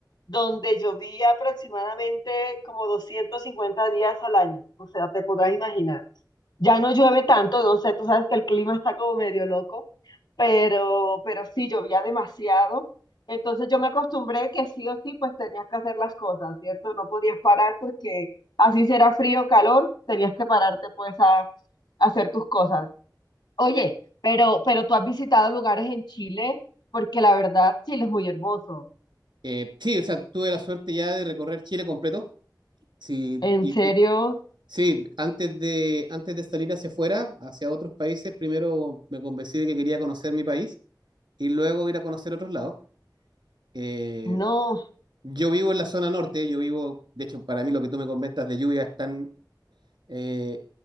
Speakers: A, on the left; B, on the right.
A: donde llovía aproximadamente como 250 días al año. O sea, te podrás imaginar. Ya no llueve tanto, no sé, tú sabes que el clima está como medio loco, pero, pero sí llovía demasiado. Entonces yo me acostumbré que sí o sí, pues tenías que hacer las cosas, ¿cierto? No podías parar porque así si era frío o calor, tenías que pararte pues a a hacer tus cosas. Oye, pero, pero tú has visitado lugares en Chile, porque la verdad, Chile es muy hermoso.
B: Eh, sí, o sea, tuve la suerte ya de recorrer Chile completo. Sí,
A: En
B: y,
A: serio,
B: y- sí, antes de, antes de salir hacia afuera, hacia otros países, primero me convencí de que quería conocer mi país y luego ir a conocer otros lados. Eh,
A: no,
B: yo vivo en la zona norte, yo vivo, de hecho, para mí lo que tú me comentas de lluvia es tan, eh,